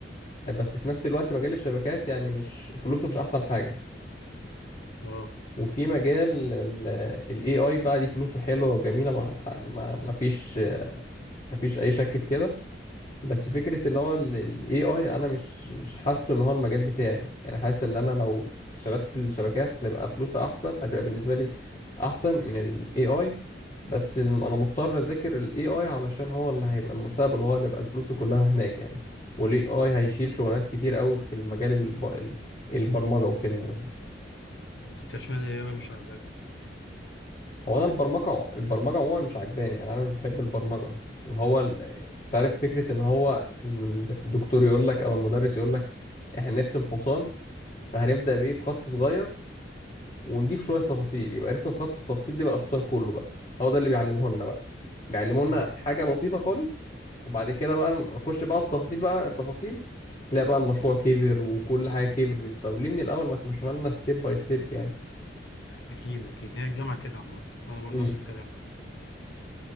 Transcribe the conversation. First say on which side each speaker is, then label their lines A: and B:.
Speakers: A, on the left; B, on the left.
A: بس في نفس الوقت مجال الشبكات يعني مش فلوسه مش احسن حاجة
B: اه
A: وفي مجال الاي اي بقى دي فلوسه حلوة وجميلة ما ما ما فيش ما فيش اي شك في كده بس فكرة اللي هو الاي اي انا مش مش حاسه ان هو المجال بتاعي يعني حاسس ان انا لو اشتغلت في الشبكات هتبقى فلوسها احسن هتبقى بالنسبة لي احسن من الاي اي بس الم- انا مضطر اذاكر الاي اي علشان هو اللي هيبقى المستقبل وهو اللي هيبقى فلوسه كلها هناك يعني والاي اي هيشيل شغلانات كتير قوي في المجال الب... ال- البرمجه وكده يعني
B: انت اشمعنى ايه أوي مش عاجباك
A: هو انا البرمجه البرمجه عموما مش عجباني انا انا مش بحب البرمجه اللي هو ال- تعرف فكره ان هو الدكتور يقول لك او المدرس يقول لك احنا نرسم حصان فهنبدا بايه بخط صغير ونضيف شويه تفاصيل يبقى رسم خط التفاصيل دي بقى الحصان كله بقى هو ده اللي بيعلمه لنا بقى بيعلمه
B: اه
A: لنا حاجه بسيطه خالص وبعد كده بقى نخش بقى التفاصيل بقى التفاصيل لا بقى المشروع كبر وكل حاجه كبرت طب ليه من الاول ما تمشوها لنا ستيب باي ستيب يعني
B: اكيد اكيد هي الجامعه كده عامه انا برضه
A: امم
B: نفس الكلام